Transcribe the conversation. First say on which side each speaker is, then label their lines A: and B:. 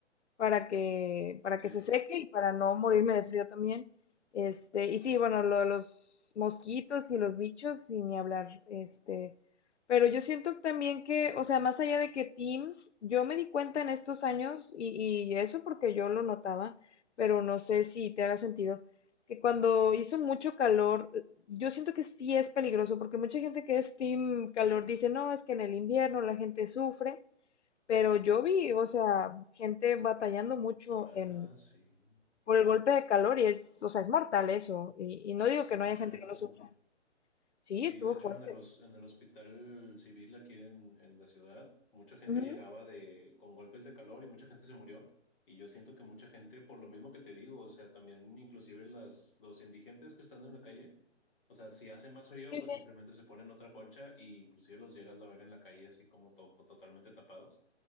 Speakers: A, on the left; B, on the left.
A: para que, para
B: Sí.
A: que se seque y para no morirme de frío también. Este, y sí, bueno, lo de los mosquitos y los bichos, sin ni hablar, este, pero yo siento también que, o sea, más allá de que Teams, yo me di cuenta en estos años, y, y eso porque yo lo notaba, pero no sé si te haga sentido, que cuando hizo mucho calor, yo siento que sí es peligroso, porque mucha gente que es Team calor dice, no, es que en el invierno la gente sufre, pero yo vi, o sea, gente batallando mucho
B: Ah,
A: en,
B: sí.
A: por el golpe de calor y es, o sea, es mortal eso. Y, y no digo
B: Sí,
A: que
B: mucha
A: no haya gente
B: gente
A: que lo
B: se
A: sufra.
B: murió.
A: Sí,
B: Sí,
A: estuvo
B: de hecho
A: fuerte.
B: en el, hos- en el hospital civil aquí en, en la ciudad, mucha gente
A: Ujú,
B: llegaba de, con golpes de calor y mucha gente se murió. Y yo siento que mucha gente, por lo mismo que te digo, o sea, también inclusive las, los indigentes que están en la calle O sea, si hace más frío,
A: Sí,
B: pues
A: sí.
B: simplemente se ponen otra colcha y inclusive los llegas a ver en la calle así como to- pues, totalmente tapados.